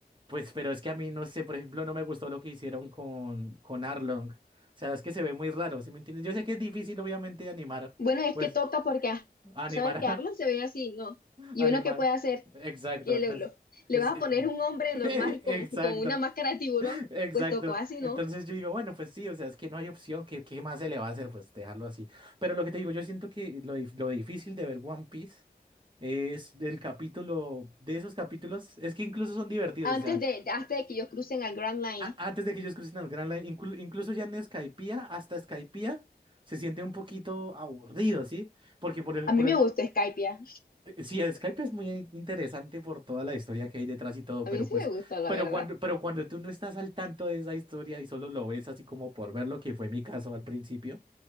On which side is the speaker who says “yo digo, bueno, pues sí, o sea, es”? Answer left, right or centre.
Right